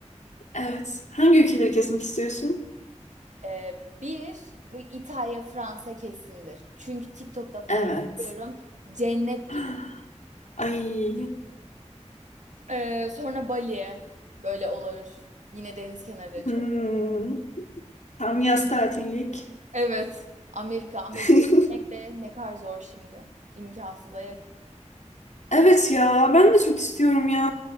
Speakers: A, on the left; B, on the right.
A: Evet. Hangi ülkeleri gezmek istiyorsun?
B: Ee, bir bu İtalya, Fransa kesindir. Çünkü TikTok'ta falan
A: Evet.
B: görüyorum cennet
A: <gasps>
B: gibi.
A: Ay.
B: Ee, sonra Bali böyle olur. Yine deniz kenarı da çok.
A: hmm, Tam yaz tatillik.
B: Evet. Amerika. Amerika'ya
A: <laughs>
B: gitmek de ne kadar zor şimdi. İmkansıza yakın.
A: Evet ya ben de çok istiyorum ya.